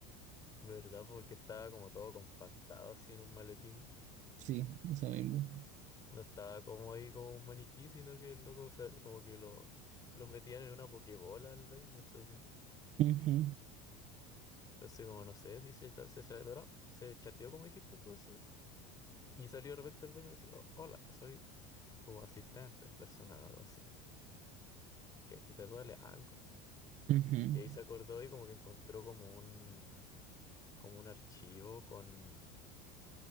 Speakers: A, on the left; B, on the right.
A: ¿verdad? po? Porque estaba como todo compactado así en un maletín.
B: Sí, eso mismo.
A: No estaba como ahí como un maniquí, sino que el loco sal- como que lo, lo metían en una pokebola al Baymax así.
B: Ujú,
A: Entonces como no sé si se, ta- se, se- ¿verdad? se chateó como dijiste tú así. Y salió de repente el Baymax y "Oh, hola, soy tu asistente personal, algo así. Que, que te duele algo.
B: ujú,
A: Y ahí se acordó y como que encontró como un, como un archivo con,